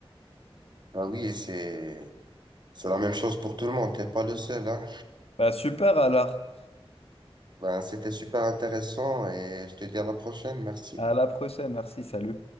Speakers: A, on the right (about 50°); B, on the left (about 80°).
A: Ah oui, c'est, C'est la même chose pour tout le monde, t'es pas le seul, hein.
B: Bah super alors.
A: Ben, c'était super intéressant et je te dis à la prochaine, merci.
B: À la prochaine, merci, salut.